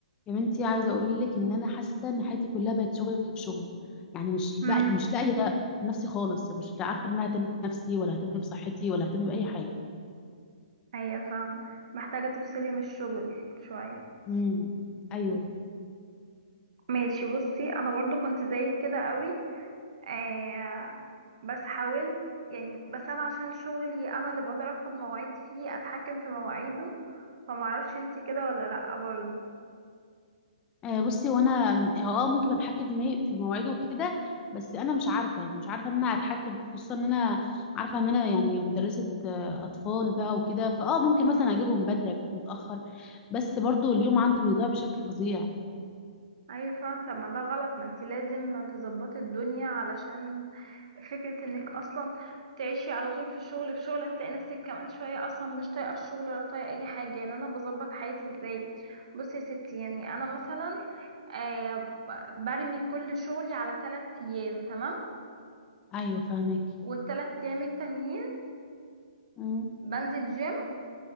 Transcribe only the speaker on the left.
يا بنتي عايزه اقول لك ان انا حاسه ان حياتي كلها بقت شغل في شغل يعني مش
بقى مش لاقيه نفسي خالص مش عارفه ان انا اهتم بنفسي ولا اهتم بصحتي ولا اهتم باي حاجه
امم ايوه
آه بصي وانا اه ممكن اتحكم في مي... في مواعيده وكده بس انا مش عارفه يعني مش عارفه ان انا اتحكم خصوصا ان انا عارفه ان انا يعني مدرسه آه، اطفال بقى وكده فاه ممكن
مثلا اجيبهم بدري اجيبهم متاخر بس برضو اليوم عندي بيضيع بشكل فظيع
ايوه فاهمك
امم